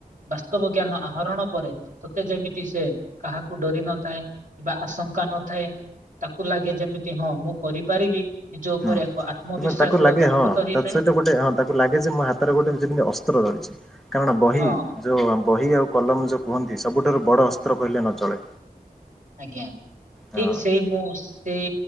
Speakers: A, on the right (about 60°); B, in the centre.
A: ବାସ୍ତବ ଜ୍ଞାନ ଆହରଣ ପରେ, ସତେ ଯେମିତି ସେ କାହାକୁ ଡରି ନଥାଏ। କିବା ଆଶଙ୍କା ନଥାଏ, ତାକୁ ଲାଗେ ଯେମିତି ହଁ ମୁଁ କରିପାରିବି। ନିଜ ଉପରେ
B: ହୁଁ।
A: ଏକ ଆତ୍ମବିଶ୍ୱାସର
B: ଏବଂ ତାକୁ ଲାଗେ
A: ଜାଗୃତ
B: ହଁ
A: ହେଇଥାଏ।
B: ତା ସହିତ ଗୋଟେ ହଁ ତାକୁ ଲାଗେ ଯେ ମୋ ହାତରେ ଗୋଟେ ଯେମିତି ଅସ୍ତ୍ର ଧରିଛି। କାରଣ ବହି
A: ହଁ
B: ଯେଉଁ ବହି ଆଉ କଲମ ଯେଉଁ କୁହନ୍ତି, ସବୁଠାରୁ ବଡ଼ ଅସ୍ତ୍ର କହିଲେ ନ ଚଳେ।
A: ଆଜ୍ଞା, ଠିକ୍
B: ହଁ
A: ସେଇ ମୁଁ ସେଇ